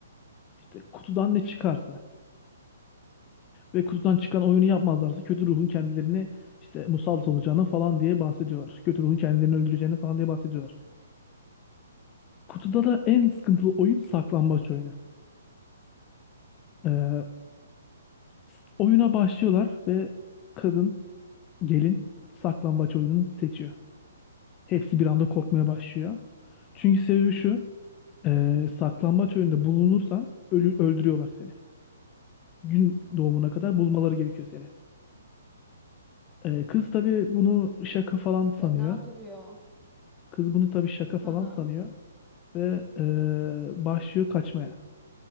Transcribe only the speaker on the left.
İşte kutudan ne çıkarsa.
Ve kutudan çıkan oyunu yapmazlarsa kötü ruhun kendilerini işte musallat olacağını falan diye bahsediyorlar. Kötü ruhun kendilerini öldüreceğini falan diye bahsediyorlar. Kutuda da en sıkıntılı oyun saklambaç oyunu. Ee, s- oyuna başlıyorlar ve kadın, gelin saklambaç oyununu seçiyor. Hepsi bir anda korkmaya başlıyor. Çünkü sebebi şu. Ee, saklambaç oyunda bulunursan ölü, öldürüyorlar seni. Gün doğumuna kadar
bulmaları gerekiyor seni. Ee, kız tabii bunu şaka falan sanıyor.
Kız bunu tabii şaka falan
sanıyor ve eee, başlıyor kaçmaya.